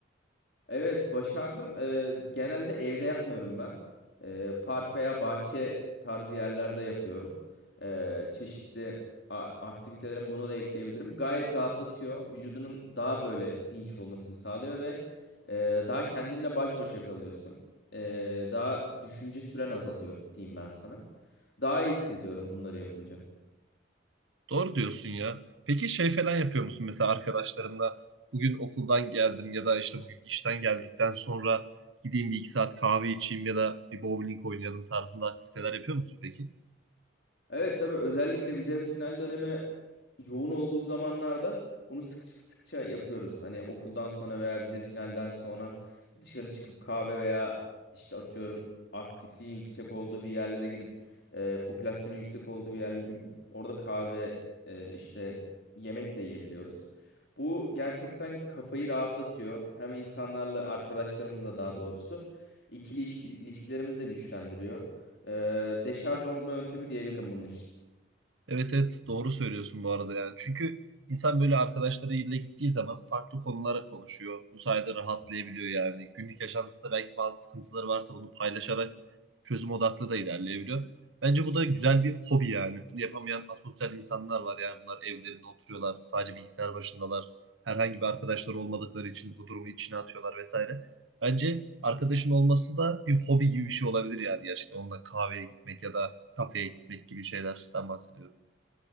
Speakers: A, on the left (about 60°); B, on the right (about 85°).
A: Evet başardım. Ee, genelde evde yapmıyorum ben. Ee, park veya bahçe tarzı yerlerde yapıyorum. Ee, çeşitli a- aktivitelerim bunu da ekleyebilirim. Gayet rahatlatıyor. Vücudunun daha böyle dinç olmasını sağlıyor ve e, daha kendinle baş başa kalıyorsun. Ee, daha düşünce süren azalıyor diyeyim ben sana. Daha iyi hissediyorum bunları yapınca.
B: Doğru diyorsun ya. Peki şey falan yapıyor musun mesela arkadaşlarınla bugün okuldan geldim ya da işte bugün işten geldikten sonra gideyim bir iki saat kahve içeyim ya da bir bowling oynayalım tarzında aktiviteler yapıyor musun peki?
A: Evet tabii özellikle vize ve final dönemi yoğun olduğu zamanlarda bunu sık sıkça yapıyoruz. Hani okuldan sonra veya vize finalden sonra dışarı çıkıp kahve veya işte atıyorum aktifliğin yüksek olduğu bir yerlere gidip e, popülasyonun yüksek olduğu bir yerlere gidip orada kahve e, işte yemek de yiyebiliyoruz. Bu gerçekten kafayı rahatlatıyor. Hem insanlarla arkadaşlarımızla daha doğrusu ikili ilişki- ilişkilerimizi de güçlendiriyor. Ee, deşarj olma yöntemi diyebilirim bunun için.
B: Evet evet doğru söylüyorsun bu arada yani. Çünkü insan böyle arkadaşlarıyla gittiği zaman farklı konulara konuşuyor. Bu sayede rahatlayabiliyor yani. Günlük yaşantısında belki bazı sıkıntıları varsa bunu paylaşarak çözüm odaklı da ilerleyebiliyor. Bence bu da güzel bir hobi yani. Bunu yapamayan asosyal insanlar var yani. Bunlar evlerinde oturuyorlar, sadece bilgisayar başındalar. Herhangi bir arkadaşları olmadıkları için bu durumu içine atıyorlar vesaire. Bence arkadaşın olması da bir hobi gibi bir şey olabilir yani gerçekten. Onunla kahveye gitmek ya da kafeye gitmek gibi şeylerden bahsediyorum.